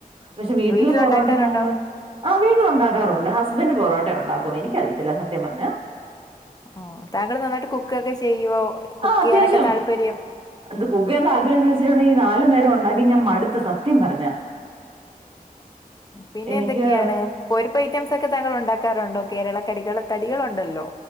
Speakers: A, on the right; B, on the left.
A: പഷെ വീട്ടില്
B: വീട്ടിലുണ്ടാക്കാറുണ്ടോ?
A: പൊറോട്ട ഞങ്ങള്. ആഹ് വീട്ടിലുണ്ടാക്കാറുണ്ട് ഹസ്ബൻ്റ് പൊറോട്ട ഒണ്ടാക്കും എനിക്കറിയത്തില്ല സത്യം പറ്ഞ്ഞാ.
B: ആഹ് താങ്കള് നന്നായിട്ട് കുക്കൊക്കെ ചെയ്യുവോ? കുക്ക്
A: ആഹ് അത്യാവശ്യം.
B: ചെയ്യാനൊക്കെ താല്പര്യം?
A: എന്ത് കുക്ക്യ്യാ താല്പര്യം എന്നവച്ചിണ്ടെങ്കിൽ നാലു നേരം ഒണ്ടാക്കി ഞാൻ മട്ത്ത് സത്യം പറഞ്ഞാ.
B: പിന്നെ
A: എനിക്ക്
B: എന്തൊക്കെയാണ്? പൊരിപ്പ് ഐറ്റംസ് ഒക്കെ താങ്കളുണ്ടാക്കാറുണ്ടോ കേരള കടികൾ കടികളുണ്ടല്ലോ.